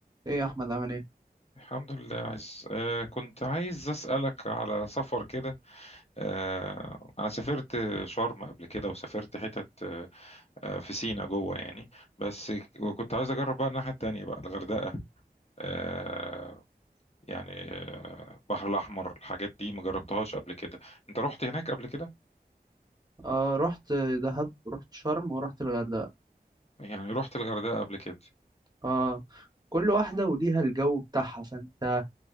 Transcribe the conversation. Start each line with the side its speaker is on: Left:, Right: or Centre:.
Right: ايه يا احمد عامل ايه
Left: الحمد لله عايز آه كنت عايز أسألك على سفر كده آه أنا سافرت شرم قبل كده وسافرت حتت آه آه، في سينا جوه يعني بس وكنت عايز أجرب بقى الناحية التانية بقى الغردقة آه يعني آه، البحر الأحمر الحاجات دي مجربتهاش قبل كده أنت رحت هناك قبل كده؟
Right: اه رحت دهب رحت شرم ورحت الغردقه
Left: يعني رحت الغردقة قبل كده
Right: اه كل واحده وليها الجو بتاعها فانت